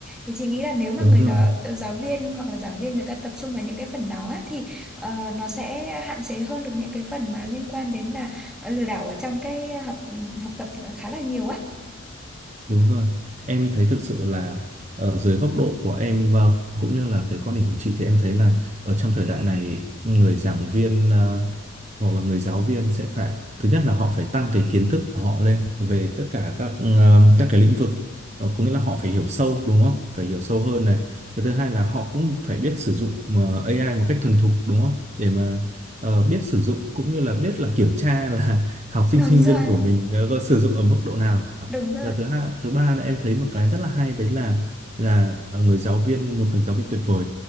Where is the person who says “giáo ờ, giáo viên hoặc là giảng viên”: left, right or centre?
Centre